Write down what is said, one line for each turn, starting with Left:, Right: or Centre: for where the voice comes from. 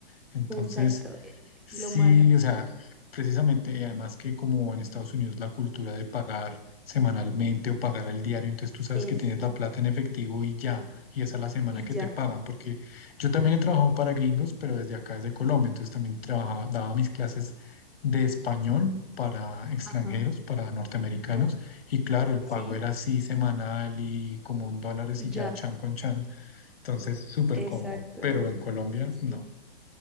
Left: Entonces,
Centre: Exacto, eh,
Left: sí,
Centre: lo malo.
Left: o sea, precisamente, y además que como en Estados Unidos la cultura de pagar semanalmente o pagar al diario, entonces tú sabes
Centre: Exacto.
Left: que tienes la plata en efectivo y ya, y esa es la semana
Centre: Y
Left: que
Centre: ya.
Left: te pagan, porque yo también he trabajado para gringos, pero desde acá, desde Colombia, entonces también trabajaba, daba mis clases de español para extranjeros,
Centre: Ajá.
Left: para norteamericanos,
Centre: o-
Left: y claro, el pago
Centre: sí,
Left: era así semanal y como un dólar
Centre: ya.
Left: y ya, chan con chan, entonces súper
Centre: Exacto.
Left: cómodo, pero en Colombia no.
Centre: Sí.